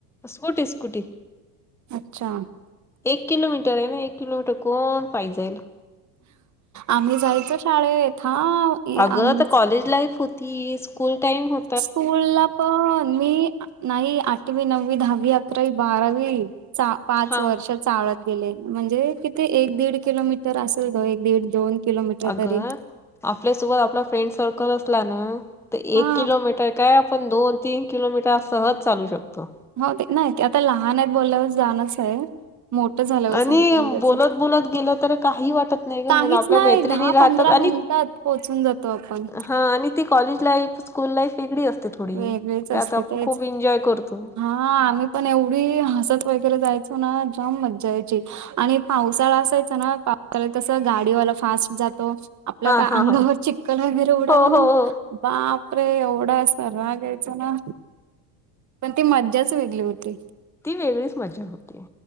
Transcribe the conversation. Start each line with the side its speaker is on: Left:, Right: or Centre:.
Centre: स्कूटी स्कूटी.
Right: अच्छा.
Centre: एक किलोमीटर आहे ना एक किलोमीटर कोण पाई जाईल.
Right: आम्ही जायचो शाळेत हा ई
Centre: अगं
Right: आम
Centre: तर कॉलेज
Right: चं
Centre: लाईफ होती स्कूल टाइम हो
Right: स्कूल ला पण मी नाही आठवी नववी दहावी अकरावी बारावी चा पाच
Centre: हा
Right: वर्षत चाळत गेले म्हणजे किती एक दीड किलोमीटर असेल ग एक दीड दोन किलोमीटर
Centre: अगं
Right: तरी
Centre: आपल्यासोबत आपला फ्रेंड सर्कल असला ना तर
Right: हा
Centre: एक किलोमीटर काय आपण दोन तीन किलोमीटर सहज चालू शकतो.
Right: बहुतेक ते क नाय ते आता लहान आहेत बोलल्यावर जाणच आहे. मोठ झाल्यावर
Centre: आणि
Right: सांगते म्हणजे अस
Centre: बोलत बोलत गेलं तर काही वाटत नाही ग
Right: काहीच
Centre: मुलं आपल्या
Right: नाही
Centre: मैत्रिणी
Right: दहा
Centre: राहतात
Right: पंधरा
Centre: आणि
Right: मिनिटात पोहोचून जातो आपण.
Centre: हा आणि ती कॉलेज लाईफ स्कूल लाईफ वेगळी असते थोडी
Right: वेगळीच
Centre: त्यात
Right: असते
Centre: आपण
Right: तेच.
Centre: खूप एन्जॉय करतो.
Right: हा आम्ही पण एवढी हसत वगैरे जायचो ना जाम मजा यायची. आणि पावसाळा असायचा ना पावसाळात कस गाडीवाला फास्ट जातो. आपल्या
Centre: हा
Right: का
Centre: हा
Right: अंगावर
Centre: हा
Right: चिक्कल वगैरे उडाला
Centre: हो
Right: ना
Centre: हो हो
Right: बाप रे एवढं अस राग यायच ना. पण ती मज्जाच वेगली होती.
Centre: ती वेगळीच मजा होती